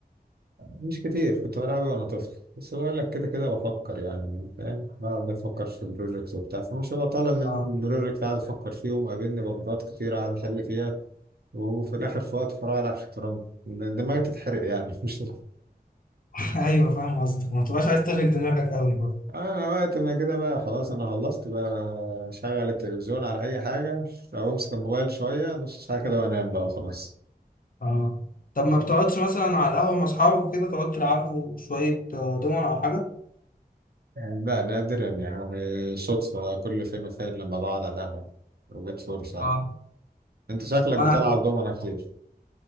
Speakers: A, on the right (about 70°); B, on the left (about 55°).
A: مش كتير كنت بلعبه وانا طفل بس بقول لك كده كده بفكر يعني فاهم بقعد بفكر في بروجكت وبتاع فمش هبقى طالع من
B: اه
A: بروجكت قاعد افكر فيه ومقابلني بجبات كتير قاعد احل فيها وفي الاخر في وقت فراغ العب شطرنج دماغي تتحرق يعني <laughs> مش
B: <laughs> ايوه فاهم قصدك ما تبقاش عايز تشغل دماغك قوي برضه
A: اه وقت ما كده بقى خلاص انا خلصت بقى شغل التلفزيون على اي حاجه او امسك الموبايل شويه نص ساعه كده وانام بقى وخلاص
B: اه طب ما بتقعدش مثلا على القهوة مع اصحابك كده تقعد تلعبوا شوية آه، دومنة او حاجة
A: يعني بقى نادرا يعني صدفه بقى كل فين وفين لما بقعد على القهوه وجت فرصه يعني.
B: اه
A: انت شكلك
B: وانا
A: بتلعب
B: عارف-
A: دومنة كتير